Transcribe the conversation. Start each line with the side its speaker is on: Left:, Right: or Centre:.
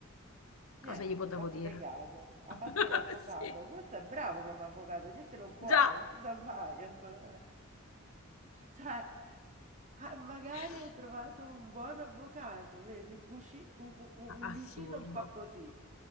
Left: cosa
Right: niente,
Left: gli potevo
Right: t'ha fregato.
Left: dire?
Right: Ha
Left: <laughs>
Right: fatto l'avvocato.
Left: Sì,
Right: Questo è bravo come avvocato, dietelo buono,
Left: già.
Right: non si sa mai. Antonella. Cioè, ah, magari
Left: <laughs>
Right: hai trovato un buon avvocato, vedi, un, cusci- un cu- un-
Left: Assurdo.
Right: un vicino un po' così,